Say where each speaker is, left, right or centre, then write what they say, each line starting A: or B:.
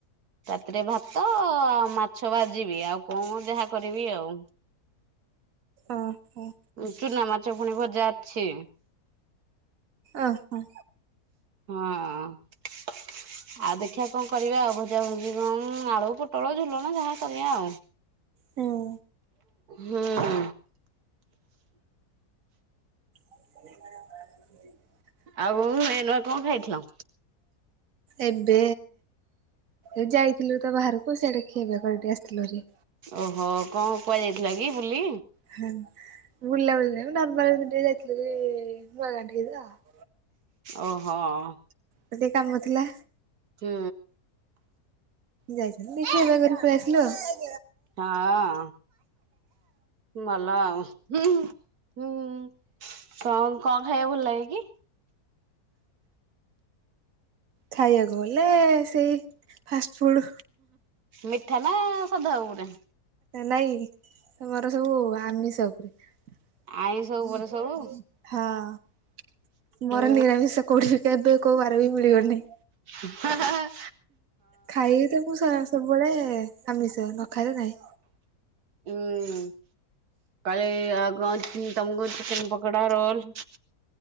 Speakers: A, on the right; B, on the right.
A: ରାତିରେ ଭାତ ଆ ମାଛ ଭାଜିବି, ଆଉ କଣ ଯାହା କରିବି ଆଉ।
B: ଓହୋ।
A: ଚୁନାମାଛ ଫୁଣି ଭଜା ଅଛି।
B: ଓହଁ।
A: ହଁ। ଆଉ ଦେଖିବା କଣ କରିବା ଆଉ ଭଜା ଭୁଜି କଣ ଆଳୁ, ପୁଟଳ, ଝୁଲଣ ଯାହା କନି ଆଉ।
B: ହୁଁ
A: ହୁଁ।
B: <inaudible>
A: ଆଉ ଏ ନୂକା କଣ ଖାଇଥିଲ?
B: ଏବେ ଏ ଯାଇଥିଲୁ ତ ବାହାରକୁ ସିଆଡେ ଖିଆ ପିଆ କରିିକି ଟିକେ ଆସିଥିଲୁଭାରି।
A: ଓହୋ କଣ କୁଆଡେ ଯାଇଥିଲ କି ବୁଲି?
B: ହେଁ ବୁଲାବୁଲି ନାଇଁମ ନର୍ମାଲ ଏମିତି ଟିକେ ଯାଇଥିଲୁ ଯେ ନୂଆ ଗାଣ୍ଠି <unintelligible>
A: ଓ ହଁ।
B: ଆଉ ଟିକେ କାମ ଥିଲା।
A: ହୁଁ।
B: ଯାଇଛନ୍ତି ଦେଖି ଏ ଘ ପଳେଇ ଆସିଲୁ ଆଉ।
A: ହଁ ଭଲ ଆଉ ହୁଁ ଉଁ। କଣ କଣ ଖାଇବା ଭଲ ଲାଗେ କି?
B: ଖାଇବାକୁ ଗଲେ ସେଇ ଫାଷ୍ଟ ଫୁଡ।
A: ମିଠା ନା ସାଧା ଉପରେ?
B: ନାଇଁ ମୋର ସବୁ ଆମିଷ ଉପରେ ହଁ।।
A: ଆଇଁଷ ଉପରେ ସବୁ
B: ମୋର
A: ହୁଁ
B: ନିରାମିଷ କୋଠି କେବେ ବାର ବି ମିଳିିବନି
A: ହାଁ ହାଁ।
B: ଖାଇ ତ ମୁଁ ସବୁବେଳେ ଆମିଷ ନ ଖାଇଲେ ନାହିଁ
A: ହୁଁ କହିଲି ତୁମକୁ ଚେକେନ ପକଡ଼ା ରୋଲ୍ଲ